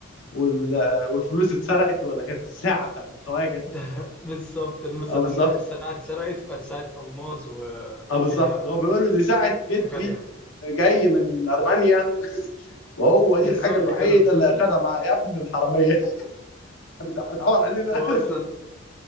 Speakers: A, on the left (about 80°); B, in the centre.
A: وال- والفلوس اتسرقت ولا كانت الساعه بتاعت الخواجه
B: ده بالظبط المس...
A: اه
B: الساعه
A: بالظبط
B: اتسرقت وكانت ساعه الماظ وفيها
A: اه بالظبط هو بيقول له دي ساعة جدي
B: غاليه
A: جاي من أرمينيا وهو
B: بالظبط
A: دي الحاجة الوحيدة
B: كده
A: اللي
B: <laughs>
A: أخدها مع يا ابن الحرامية <laughs> بتح- بتحور علينا
B: هو اصلا